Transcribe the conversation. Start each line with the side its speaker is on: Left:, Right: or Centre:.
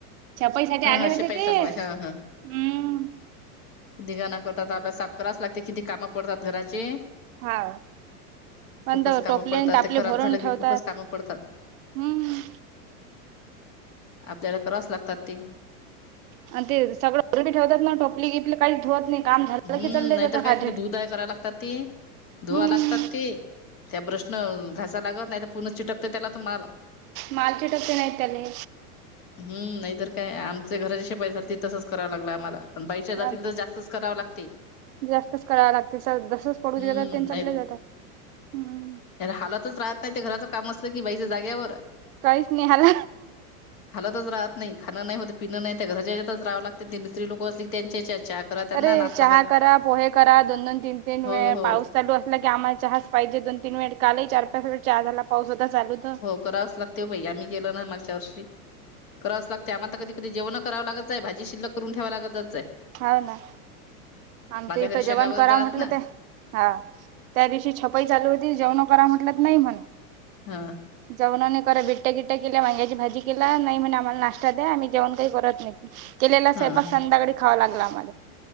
Right: छपाईसाठी
Left: ह
Right: आले
Left: ह
Right: होते
Left: शिपाई
Right: ते
Left: चालू आहे
Right: हम्म
Left: ह ह धिंगाणा करतात आपल्या साफ कराच लागते किती काम पडतात घराचे
Right: हा. प
Left: खूपच
Right: टोपले
Left: कामं पडतात
Right: अन टापले
Left: ते खराब
Right: भरून
Left: झालं की
Right: ठेवतात
Left: खूपच कामं पडतात
Right: हम्म
Left: आपल्याला करावाच लागतात ते
Right: आणि ते सगळ <unintelligible> ठेवतात ना टोपली गिपली काहीचं धुवंत नाही काम झालं
Left: हम्म
Right: की चालले
Left: नाहीतर
Right: जातात
Left: काय
Right: हात
Left: कती
Right: झटकून.
Left: धुधाय कराय लागतात ती धुवा
Right: हम्म
Left: लागतात ती त्या ब्रशनं घासाय लागत नाही तर पुर्ण चिटकते त्याला तो माल
Right: माल चिटकते नाही त्याले
Left: हम् नाहीतर काय आमच्या घरात छपाई झालती तसच करावं लागलं आम्हाला बाईच्या जातील
Right: हा ना.
Left: तर जास्तच करावं लागत.
Right: जास्तच करायला लागते जसच पडू
Left: हम्म
Right: दिलं तर तेन चाले जातात हम्म.
Left: हालातच राहत नाही ते घराचं काम असलं की बाईच जाग्यावर
Right: काहीच नाही हाल
Left: हालातच राहत नाही खाणं नाही होत पिणं नाही त्या घराच्यातच रहावं लागते ते मिस्त्री लोक असली त्यांच्या चहा करा त्यांना
Right: अरे
Left: नाश
Right: चहा करा, पोहे करा, दोन- दोन, तीन- तीन
Left: हो
Right: वेळ
Left: हो
Right: पाऊस चालू असलं की आआम्हाला चहाच पाहिजे दोन तीन वेड कालही चार पाच वेळ चहा झाला पाऊस होता चालू तर
Left: करावाच लागते बाई आम्ही गेलो ना मागच्या वर्षी करावं लागते आमाला तर कधी कधी जेवण करावं लागजाय आहे भाजी शिल्लक करून ठेवा लागतजाय आहे
Right: हा ना आमच इथं
Left: घरी शेंगा
Right: जेवण
Left: वगैरे
Right: करा
Left: राहत
Right: म्हटलं
Left: ना
Right: ते हा त्या दिवशी छपाई चालू होती जेवणं करा म्हटलत नाही म्हण
Left: हा.
Right: जेवणाने करा बिट्टया बिट्टया केल्या वांग्याची भाजी केला नाही म्हणे आम्हाला नाश्ता द्या आम्ही जेवण काही करत नाही केलेला स्वयंपाक
Left: हा हा
Right: संध्याकाडी खावां लागलं आम्हाला